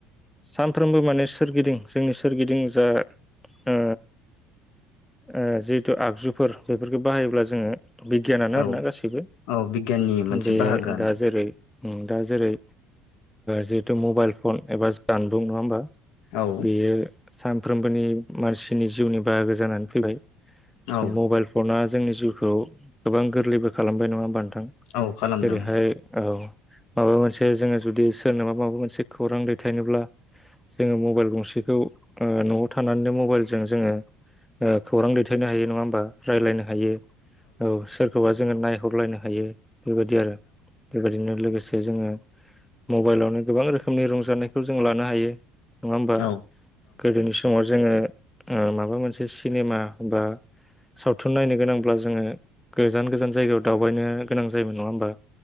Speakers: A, in the centre; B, on the left.
A: सानफ्रोमबो माने सोरगिदिं जोंनि सोरगिदिं जा ओ ओ जिहेथु आगजुफोर बेफोरखौ बाहायोब्ला जोंङो बिगियानानो
B: औ
A: आरोना गासैबो।
B: औ बिगियाननि मोनसे
A: बे
B: बाहागोआनो
A: दा जेरै उम दा जेरै जिहेथु मबाइल फन एबा जानबुं नङा होमबा
B: औ
A: बेयो सानफ्रोमबोनि मानसिनि जिउनि बाहागो जानानै फैबाय।
B: औ
A: दा मबाइल फना जोंनि जिउखौ गोबां गोरलैबो खालामबाय नङा होमानोबा नों
B: औ खालामदों
A: जेरैहाय औ माबा मोनसे जोंङो जुदि सोरनोबा माबा मोनसे खौरां दैथायनोब्ला जोंङो मबाइल गंसेखौ न'आव थानानैनो मबाइलजों जोंङो ओ खौरां दैथायनो हायो नङा होमबा? राय्लायनो हायो औ सोरखौबा जोंङो नायहरलायनो हायो। बेबायदि आरो बेबायदिनो लोगोसे जोंङो मबाइलावनो गोबां रोखोमनि रंजानायखौ जों लानो हायो। नङा होमबा
B: औ
A: गोदोनि समाव जोंङो ओ माबा मोनसे सिनेमा बा सावथुन नायनो गोनांब्ला जोंङो गोजान गोजान जायगायाव दावबायनो गोनां जायोमोन नङा होनोमबा?